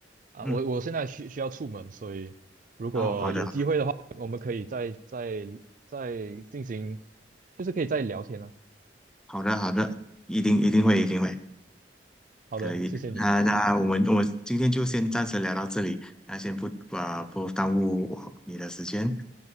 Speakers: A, on the right; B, in the centre.
A: 啊，
B: 嗯，
A: 我我现在需需要出门，所以如果有机会的话，
B: 哦，好的
A: 我们可以再再再进行，就是可以再聊天啊。
B: 好的好的，一定一定会一定会
A: 好的，
B: 可以。
A: 谢谢你啊，
B: 那那我们我今天就先暂时聊到这里，那先不啊、不耽误我你的时间。